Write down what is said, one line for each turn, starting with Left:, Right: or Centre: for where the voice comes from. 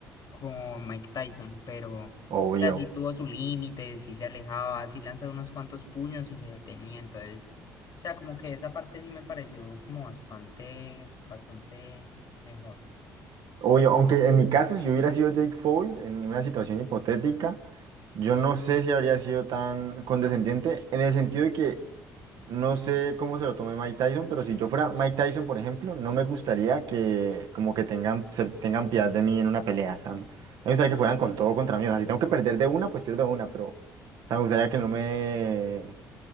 Left: con Mike Tyson, pero, o
Right: obvio.
Left: sea, sí tuvo su límite, sí se alejaba, sí lanzaba unos cuantos puños y se detenía, entonces, o sea, como que esa parte sí me pareció como bastante, bastante mejor.
Right: Obvio, aunque en mi caso, si yo hubiera sido Jake Paul, en una situación hipotética, yo no sé si habría sido tan condescendiente, en el sentido de que no sé cómo se lo tome Mike Tyson, pero si yo fuera Mike Tyson, por ejemplo, no me gustaría que como que tengan, se tengan piedad de mí en una pelea. O sea, no- me gustaría que fueran con todo contra mí. O sea, si tengo que perder de una, pues pierdo de una, pero o sea, me gustaría que no me,